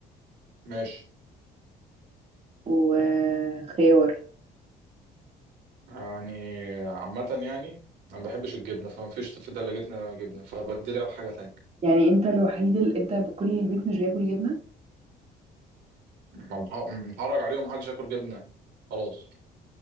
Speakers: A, on the right; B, on the right.
A: ماشي
B: وخيار
A: يعني عامة يعني أنا ما بحبش الجبنة فما فيش في ثلاجتنا جبنة فبديلها بحاجة تانية
B: يعني انت الوحيد اللي انت بكل البيت مش بياكل جبنة
A: مح- محرج عليهم محدش ياكل جبنة يعني. خلاص